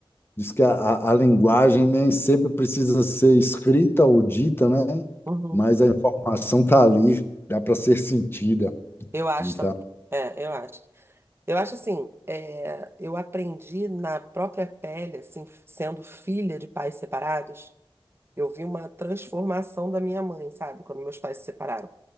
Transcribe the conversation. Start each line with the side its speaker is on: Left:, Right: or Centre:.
Left: Diz que a, a, a linguagem nem sempre precisa ser escrita ou dita, né?
Right: Uhum.
Left: Mas a informação está ali, dá para ser sentida.
Right: Eu acho
Left: Então,
Right: também. É, eu acho. Eu acho assim, é, eu aprendi na própria pele, assim, sendo filha de pais separados, eu vi uma transformação da minha mãe, sabe? Quando meus pais se separaram.